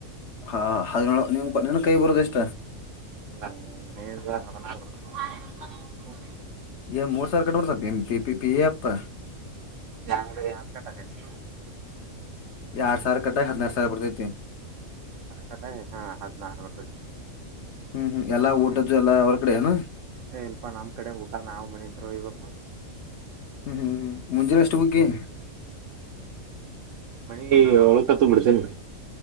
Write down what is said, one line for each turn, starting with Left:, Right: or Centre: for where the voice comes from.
Left: ಹಾ ಹದ ನೀ ನನ್ ಕೈಗ ಬರೋದೆಷ್ಟು.
Right: ಒಂದು ಹದಿನೈದು <unintelligible>
Left: ಈ ಮೂರ್ ಸಾವಿ ಕಟ್ಕೊಂತಾರೆ ಎಂಪಿಪಿ ಪಿ ಎಪ್.
Right: ಯಂಗಡೆ ಎರಡು ಕಟ್ಟಾಗೈತಿ.
Left: ಎರಡ್ ಸಾವಿರ ಕಟ್ಟ ಅಗಿ ಹದಿನಾರ ಸಾವಿರ ಬರ್ತೈತಿ.
Right: ಆ ಕಥಾಯ ಹಾ ಹದಿನಾರು ಬರ್ತಾ ಇದೆ.
Left: ಹ್ಮ್ ಹ್ಮ್ ಎಲ್ಲಾ ಊಟದ್ದು ಎಲ್ಲಾ ಅವರ ಕಡೆ ಏನು.
Right: ಏ ಇಲ್ಪಾ ನಮ್ ಕಡೆ ಊಟ ನಾವು ಮನೆಯಿಂದ ತರ್ಬೇಕು.
Left: ಹ್ಮ್ ಹ್ಮ್ ಹ್ಮ್ ಮುಂದಿನ ಅಷ್ಟು ಹುಗ್ಗಿ.
Right: ಮನೆ ಒಳ ತ ತು ಬಿಡ್ತೀನಿ.